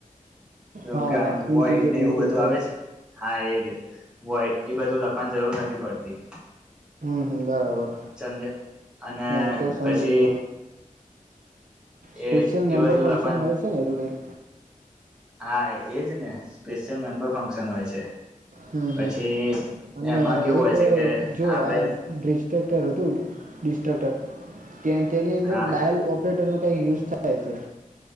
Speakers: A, in the centre; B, on the right (about 70°).
A: તો
B: હા
A: કે વોઈટ
B: ઇન્ટીજર
A: ને
B: એવી
A: એવું
B: કંઈક
A: બધું
B: હોય
A: આવે છે હા એજ વોઈટ એ બધું લખવાની જરૂર નથી પડતી.
B: હમ્મ, હમ્મ બરાબર
A: સમજ્યા અને
B: હા એતો સમજી
A: પછી
B: ગયો. સ્પેશિયલ
A: એ એ
B: મેમ્બર
A: બધું
B: ફંક્શન
A: લખવાનું
B: હોય છે ને એરું કઈક
A: હા, એજ ને સ્પેશિયલ મેમ્બર ફંક્શન હોય છે.
B: હમ્મ,
A: પછી
B: હમ્મ અને
A: એમાં કેવું
B: એક
A: હોય છે
B: અહ
A: કે
B: જો
A: આપણે
B: આ ડિસ્ટ્રક્ટર હતું ડિસ્ટ્રક્ટર તેન તેની અંદર
A: હા
B: ડાયલ ઓફ ઓપરેટરનો કંઈક યુઝ થાય છે